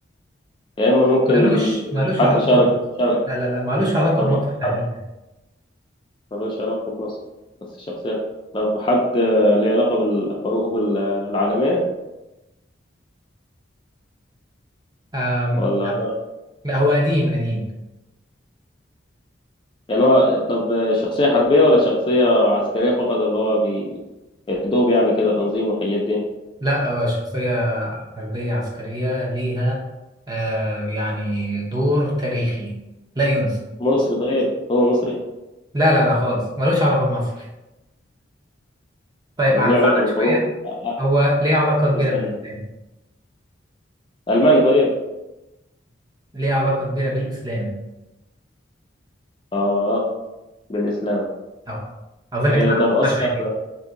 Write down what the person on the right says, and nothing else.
مالوش مالوش
علاقه
بمصر
لا لا لا مالوش علاقه
بمصر تحديدا
آم
لا
لا هو قديم قديم
لا آه، شخصيه حربية عسكرية ليها آه يعني دور تاريخي لا ينسى
لا لا لا خالص ملوش علاقة بمصر طيب
هنساعدك
شوية
هو ليه علاقة كبيرة
بالإسلام
ليه علاقة كبيرة بالإسلام
اه أظن
كده عرفناها
شويتين